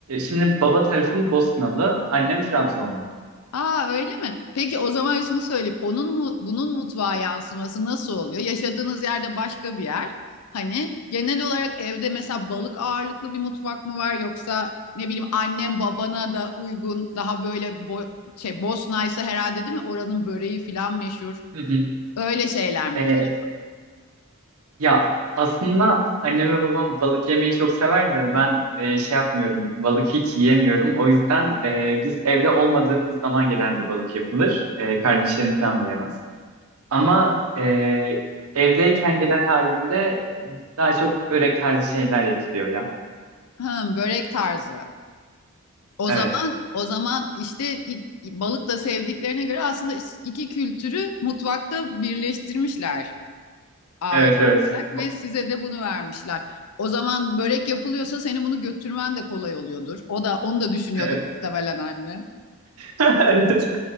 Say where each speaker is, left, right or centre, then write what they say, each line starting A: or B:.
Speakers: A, on the right; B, on the left.
A: şimdi baba tarafım Bosnalı, annem Trabzonlu.
B: Aa öyle mi? Peki o zaman şunu söyleyeyim. Onun mu, bunun mutfağa yansıması nasıl oluyor? Yaşadığınız yerde başka bir yer. Hani genel olarak evde mesela balık ağırlıklı bir mutfak mı var yoksa ne bileyim annem babana da uygun daha böyle bo şey Bosna herhalde değil mi? Oranın böreği falan meşhur.
A: Hı hı.
B: Öyle şeyler mi?
A: Ee,
B: pişiyor?
A: Ya aslında annem ve babam balık yemeyi çok sever de ben e, şey yapmıyorum. Balık hiç yiyemiyorum. O yüzden e, biz evde olmadığımız zaman genelde balık yapılır. E, kardeşlerim falan da yemez. Ama e, evdeyken genel halimde daha çok börek tarzı şeyler yapılıyor ya.
B: Hım, börek tarzı. O
A: Evet.
B: zaman o zaman işte ilk- balık da sevdiklerine göre aslında iki kültürü mutfakta birleştirmişler. aile
A: Evet evet.
B: olarak ve
A: Ba-
B: size de bunu vermişler. O zaman börek yapılıyorsa senin bunu götürmen de kolay oluyordur. O da onu da düşünüyordur
A: Evet.
B: muhtemelen anne.
A: <laughs> Evet.